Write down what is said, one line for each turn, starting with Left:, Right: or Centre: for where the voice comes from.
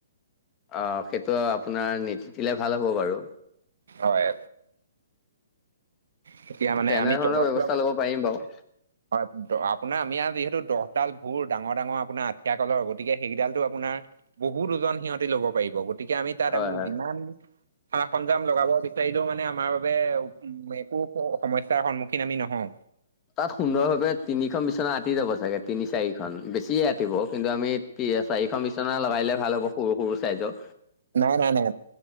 Left: অঁ সেইটো আপোনাৰ নিতিতিলে ভাল হ'ব বাৰু।
Right: হয়। তেতিয়া মানে
Left: তেনেধৰণৰ
Right: আমি তলত
Left: ব্যৱস্থা
Right: শুৱা
Left: লব পাৰিম বাৰু।
Right: হয় আপোনাৰ আমি আ যিহেতু দহডাল ভুৰ ডাঙৰ ডাঙৰ আপোনাৰ আঠিয়া কলৰ গতিকে সেইডালটো আপোনাৰ বহুত ওজন সিহঁতি লব পাৰিব। গ তিকে আমি তাত
Left: হয় হয়
Right: যিমান সা সঞ্জাম লগাব বিচাৰিলেও মানে আমাৰ এ একো সমস্যাৰ সন্মুখীন আমি নহওঁ।
Left: তাত সুন্দৰভাৱে তিনিখন বিচনা আঁতি যাব চাগে। তিনি চাৰিখন বেছিয়ে আঁতিব, কিন্তু আমি চাৰিখন বিচনা লগাই দিলে ভাল হ'ব সৰু সৰু ছাইজৰ।
Right: নাই নাই নাই।